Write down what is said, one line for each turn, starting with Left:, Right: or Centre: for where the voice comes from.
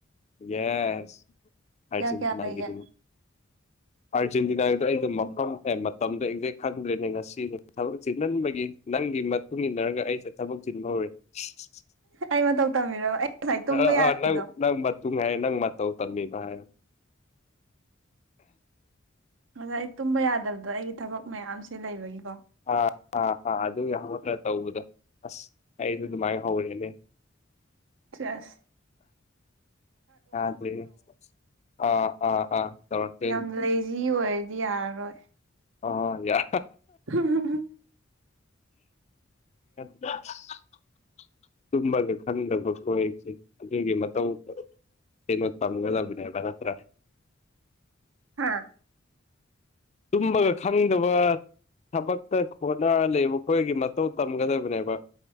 Left: ꯌꯦꯁ ꯑꯥꯔꯖꯦꯟꯇꯤꯅꯥꯒꯤꯗꯨ꯫
Right: ꯀꯌꯥ ꯀꯌꯥ ꯂꯩꯒꯦ
Left: ꯑꯥꯔꯖꯦꯟꯇꯤꯅꯥꯒꯤꯗꯣ ꯑꯩꯗꯨ ꯃꯐꯝ <unintelligible> ꯃꯇꯝꯗꯣ ꯑꯦꯛꯖꯦꯛ ꯈꯪꯗ꯭ꯔꯦꯅꯦ ꯉꯁꯤ ꯊꯕꯛ ꯆꯤꯟꯃꯟꯕꯒꯤ꯫ ꯅꯪꯒꯤ ꯃꯇꯨꯡ ꯏꯟꯅꯔꯒ ꯑꯩꯁꯦ ꯊꯕꯛ ꯆꯤꯟꯕ ꯍꯧꯔꯦ꯫ <unintelligible>
Right: ꯑꯩ ꯃꯇꯧ ꯇꯝꯕꯤꯔꯕ ꯑꯩ ꯉꯁꯥꯏ ꯇꯨꯝꯕ
Left: ꯑꯥ
Right: ꯌꯥꯗ꯭ꯔꯤꯗꯣ
Left: ꯅꯪ ꯅꯪ ꯃ ꯇꯨꯡ ꯍꯥꯏꯔꯦ ꯅꯪ ꯃꯇꯧ ꯇꯝꯃꯤꯕ ꯍꯥꯏꯔꯣ
Right: ꯑꯗ ꯑꯩ ꯇꯨꯝꯕ ꯌꯥꯗꯕꯗꯣ ꯑꯩꯒꯤ ꯊꯕꯛ ꯃꯌꯥꯝꯁꯦ ꯂꯩꯕꯒꯤꯀꯣ
Left: ꯑꯥ ꯑꯥ ꯑꯥ ꯑꯗꯨꯒꯤ ꯍꯧꯒꯠꯄꯗ ꯇꯧꯕꯗꯣ ꯑꯁ ꯑꯩꯗꯨ ꯗꯨꯃꯥꯏ ꯍꯧꯔꯛꯑꯦꯅꯦ꯫
Right: ꯆꯦꯁ
Left: ꯌꯥꯗ꯭ꯔꯦꯍꯦ ꯑꯥ ꯑꯥ ꯑꯥ ꯇꯧꯔꯛꯇꯣꯏꯅꯤ
Right: ꯌꯥꯝ ꯂꯩꯖꯤ ꯑꯣꯏꯔꯗꯤ ꯌꯥꯔꯔꯣꯏ꯫
Left: ꯍꯣ ꯍꯣ ꯌꯥ
Right: <unintelligible>
Left: <inaudible> ꯇꯨꯝꯃꯒ ꯈꯪꯗꯕ ꯈꯣꯏ ꯑꯗꯨꯒꯤ ꯃꯇꯧ ꯀꯩꯅꯣ ꯇꯝꯒꯗꯕꯅꯦꯕ ꯅꯠꯇ꯭ꯔꯥ?
Right: ꯍꯥꯥ?
Left: ꯇꯨꯝꯕꯒ ꯈꯪꯗꯕ ꯊꯕꯛꯇ ꯍꯣꯠꯅꯔ ꯂꯩꯕ ꯈꯣꯏꯒꯤ ꯃꯇꯧ ꯇꯝꯒꯗꯕꯅꯦꯕ꯫